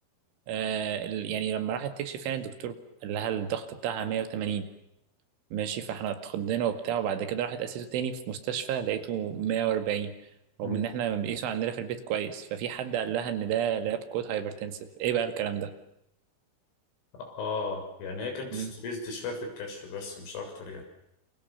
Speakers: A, on the right; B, on the left.
A: آه، ال- يعني لما راحت تكشف يعني الدكتور قال لها الضغط بتاعها 180 ماشي فاحنا اتخضينا وبتاع وبعد كده راحت قاسيته تاني في مستشفى لقيته 140
B: مم.
A: رغم ان احنا بنقيسه عندنا في البيت كويس ففي حد قال لها ان ده لاب كود هايبرتنسيف ايه بقى الكلام ده
B: اه يعني هي كانت
A: مم.
B: ستريسد شويه في الكشف بس مش اكتر يعني